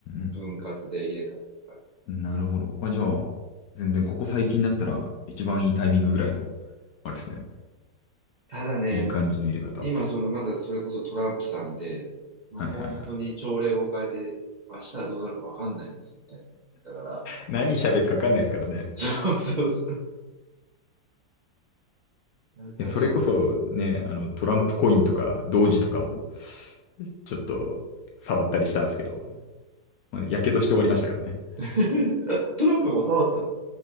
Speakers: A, on the left (about 70°); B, on the right (about 85°).
A: ん
B: 分割で入れたっていうか。
A: なるほど。あ、じゃあ、全然ここ最近だったら一番いいタイミングぐらいの、あれですね。
B: ただね、
A: いい感じの入れ方。
B: 今、その、またそれこそトランプさんで、まあ、
A: はいはいはい。
B: 本当に朝令暮改で、明日はどうなるかわかんないんですよね。だから、
A: 何喋るか分かんないですからね。
B: そうそうそう。だから、
A: いやそれこそね、あの、トランプコインとか、同時とかも、ちょっと触ったりしたんですけど、まあやけどして終わりましたからね。
B: <laughs> あトランプも触ったの